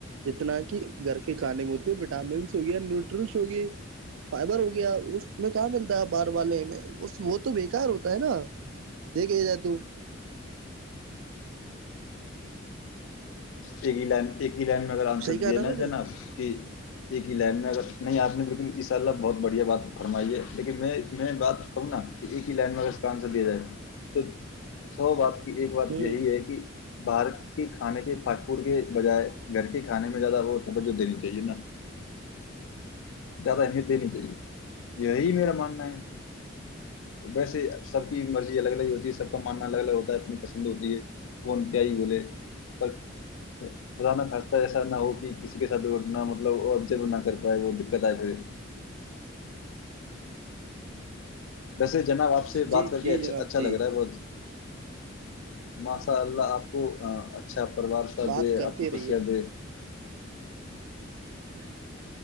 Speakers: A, on the right; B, on the left.
A: جتنا کہ گھر کے کھانے میں ہوتے ہیں وٹامنس ہو گیا نیوٹرلس ہو گی فائبر ہو گیا اس میں کہاں ملتا ہے باہر والے میں وہ تو بیکار ہوتا ہے نا دیک کہ ج ت
B: ایکگی لین ایک لن میں اگر آنسر
A: صحیح کہا
B: دیا نا
A: میں
B: جناب
A: نے
B: کہ ایک ہی لائن میں اگر نہیں آپ نے بالکل اس شاء اللہ بہت بڑھیا بات فرمائی ہے لیکن میں میں بات کہوں نا ایک ہی لینن مارک اسکان سے دیا جائے تو سو بات ایک بات
A: ہوں
B: یہی ہے کہ بھارت کی کھانے کے فاٹ بجائے گھر کے کھانے میں زیادہ وہ توجہ دینی چاہیے نا زیادہ اہمیت دینی چاہیے یہی میرا ماننا ہے ویسے سب کی مرضی الگ الگ ہوتی ہے سب کا ماننا الگ الگ ہوتا ہے اپنی پسند ہوتی ہے کون کیا ہی بولے پر خد نہ خواستہ ایسا نہ ہو کہ کسی کے ساتھ دوٹنا مطلب آبزرو نہ کر پائے وہ دقت آئے پھر ویسے جناب آپ سے
A: جی
B: بات کر
A: جی
B: کے
A: جناب
B: اچھا
A: جی
B: لگ رہا ہے بہت ماشاء اللہ آپ کو اچھا پروار سبھ
A: بات
B: دے
A: کرتے
B: آپنی
A: رہیے
B: خوشیاں د
A: ا <unintelligible>